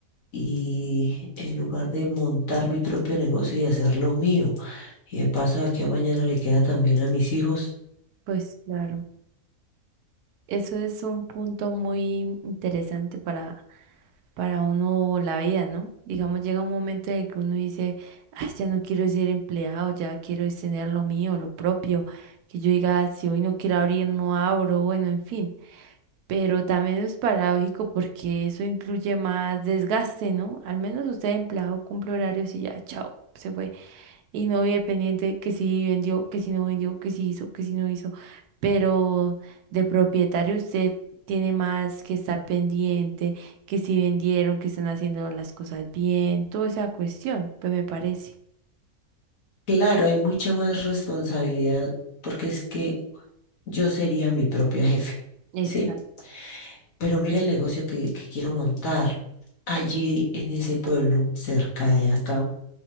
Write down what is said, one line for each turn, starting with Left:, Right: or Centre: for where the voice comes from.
Left: Y en lugar de montar mi propio negocio y hacerlo mío, y de paso de aquí a mañana le queda también a mis hijos.
Right: Pues claro, eso es un punto muy interesante para, para uno la vida, ¿no? Digamos, llega un momento en el que uno dice, "Ay, ya no quiero ser empleado, ya quiero es tener lo mío, lo propio, que yo diga, "Ah, si hoy no quiero abrir, no abro, bueno, en fin. Pero también es paradójico porque eso incluye más desgaste, ¿no? Al menos usted empleado cumple horarios y ya, chao, se fue. Y no vive pendiente que si vendió, que si no vendió, que si hizo, que si no hizo. Pero de propietario usted tiene más que estar pendiente, que si vendieron, que están haciendo las cosas bien, toda esa cuestión, pues me parece.
Left: Claro, hay mucha más responsabilidad porque es que yo sería mi propia jefe,
Right: Exacto.
Left: ¿sí? Pero mira el negocio que, que quiero montar. Allí en ese pueblo, cerca de acá,